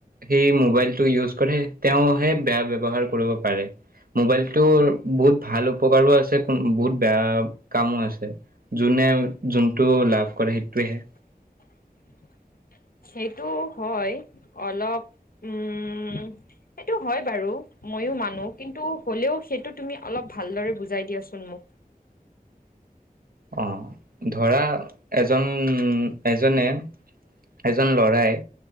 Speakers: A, on the right; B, on the left.
A: সেই মোবাইলটো ইউজ কৰে, তেওঁ হে বেয়া ব্যৱহাৰ কৰিব পাৰে, মোবাইলটো বহুত ভাল উপকাৰো আছে বহুত বেয়া কামো আছে যোনে যোনটো লাভ কৰে সেইটোৱেহে
B: <inaudible> সেইটো হয় অলপ উম সেইটো হয় বাৰু মইয়ো মানো কিন্তু হ'লেও সেইটো তুমি অলপ ভালদৰে বুজাই দিয়াচোন মোক <inaudible>
A: অঁ ধৰা এজন এজনে এজন লৰাই